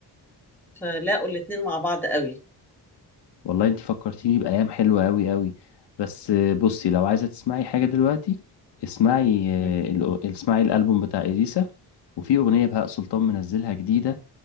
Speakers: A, in the centre; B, on the left (about 80°).
A: فلاقوا الاتنين مع بعض قوي
B: والله انت فكرتيني بأيام حلوة أوي أوي بس آه، بصي لو عايزة تسمعي حاجة دلوقتي اسمعي آه،
A: مم.
B: الأو- اسمعي الألبوم بتاع إليسا وفي أغنية بهاء سلطان منزلها جديدة